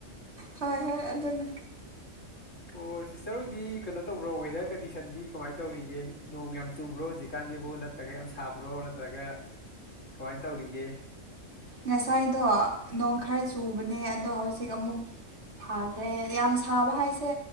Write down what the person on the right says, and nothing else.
ꯍꯣꯏ ꯍꯣꯏ ꯑꯗꯨꯅꯦ
ꯉꯁꯥꯏꯗꯣ ꯅꯣꯡ ꯈꯔ ꯆꯨꯕꯅꯦ ꯑꯗꯣ ꯍꯧꯖꯤꯛ ꯑꯃꯨꯛ ꯐꯥꯜꯂꯦ ꯌꯥꯝ ꯁꯥꯕ ꯍꯥꯏꯁꯦ